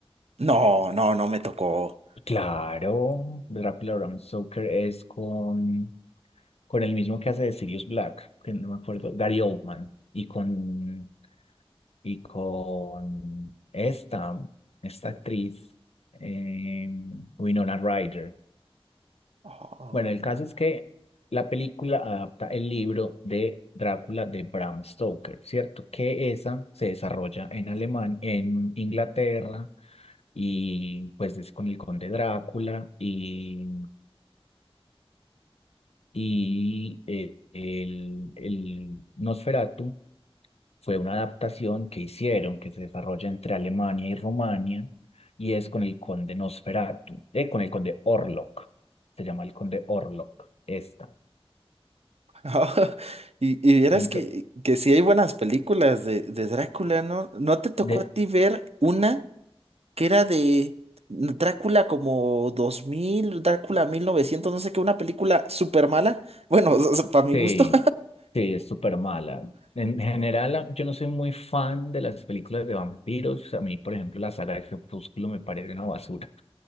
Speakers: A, on the right (about 75°); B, on the left (about 75°).
A: No, no, no me tocó.
B: Claro, Drácula de Bram Stoker es con, con el mismo que hace de Sirius Black, que no me acuerdo, Gary Oldman, y con, y con esta, esta actriz, eh, Winona Ryder.
A: Oh.
B: Bueno, el caso es que la película adapta el libro de Drácula de Bram Stoker, ¿cierto? Que esa se desarrolla en Alemania, en Inglaterra, y pues es con el conde Drácula y, y eh, el, el Nosferatu fue una adaptación que hicieron que se desarrolla entre Alemania y Rumania y es con el conde Nosferatu, eh, con el conde Orlok, se llama el conde Orlok, esta.
A: <laughs> Y, y vieras
B: Ento-
A: que, que sí hay buenas películas de, de Drácula, ¿no? ¿No te tocó
B: De,
A: a ti ver una? que era de Drácula como 2000 Drácula 1900 no sé qué, una película súper mala. <laughs> Bueno, para mi
B: sí,
A: gusto.
B: sí, es súper mala. En general, a- yo no soy muy fan de las películas de vampiros. A mí, por ejemplo, la saga de Crepúsculo me parece una basura.